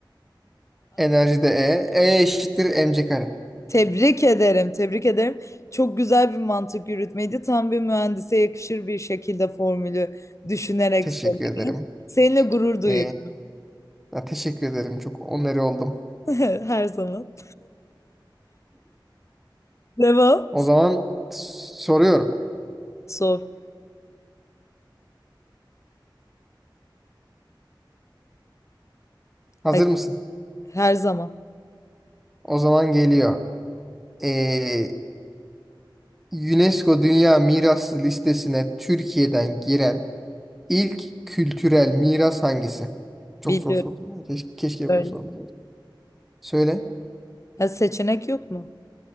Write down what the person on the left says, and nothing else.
Tebrik ederim, tebrik ederim. Çok güzel bir mantık yürütmeydi. Tam bir mühendise yakışır bir şekilde formülü düşünerek
söyledi.
Seninle gurur duyuyorum
<laughs> her zaman. Devam.
Sor.
Hadi.
Her zaman.
Biliyorum
öyle.
Ya seçenek yok mu?